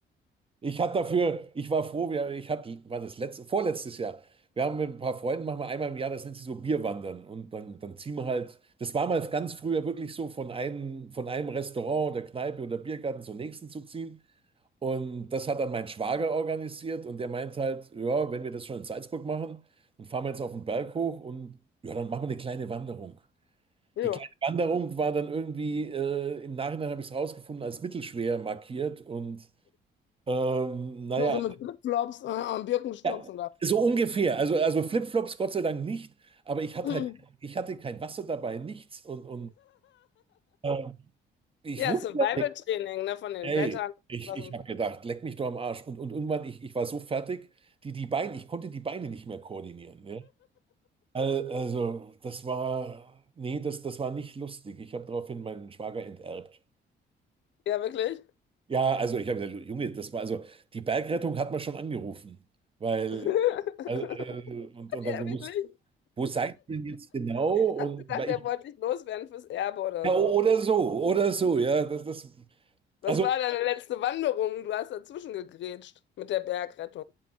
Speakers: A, on the right; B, on the left.
A: ich hatte dafür, ich war froh, wir, ich hatte, war das letzte, vorletztes Jahr. Wir haben mit ein paar Freunden, machen wir einmal im Jahr, das nennt sich so Bierwandern. Und dann, dann ziehen wir halt, das war mal ganz früher wirklich so, von einem, von einem Restaurant oder Kneipe oder Biergarten zum nächsten zu ziehen. Und das hat dann mein Schwager organisiert und der meint halt, ja, wenn wir das schon in Salzburg machen, dann fahren wir jetzt auf den Berg hoch und ja, dann machen wir eine kleine Wanderung.
B: ja.
A: Die kleine Wanderung war dann irgendwie, äh, im Nachhinein habe ich es rausgefunden, als mittelschwer markiert und ähm, naja,
B: Du so mit Flipflops äh, und Birkenstocks
A: ja, ja,
B: und da.
A: so ungefähr. Also, also Flipflops Gott sei Dank nicht, aber ich hatte
B: <laughs>
A: halt, ich
B: <clears throat>
A: hatte kein Wasser dabei, nichts und, und äh, ich
B: Ja,
A: wusste,
B: Survival-Training, ne, von den
A: Ey,
B: Blättern.
A: ich,
B: Was
A: ich
B: und
A: habe
B: so.
A: gedacht, leck mich doch am Arsch. Und, und irgendwann, ich, ich war so fertig, die, die Beine, ich konnte die Beine nicht mehr koordinieren. Ne? Al- Also, das war, nee, das, das war nicht lustig. Ich habe daraufhin meinen Schwager enterbt.
B: Ja, wirklich?
A: Ja, also ich habe gesagt, Junge, das war, also die Bergrettung hat man schon angerufen. Weil,
B: <laughs>
A: also, äh, und, und
B: Ja,
A: dann so, muss-
B: wirklich?
A: wo seid ihr jetzt genau? Und
B: Hast du gedacht,
A: weil
B: er
A: ich,
B: wollte dich loswerden fürs Erbe oder
A: ja, oder
B: so?
A: so, oder so, ja, das, das,
B: Das
A: also.
B: war deine letzte Wanderung. Du hast dazwischen gegrätscht mit der Bergrettung.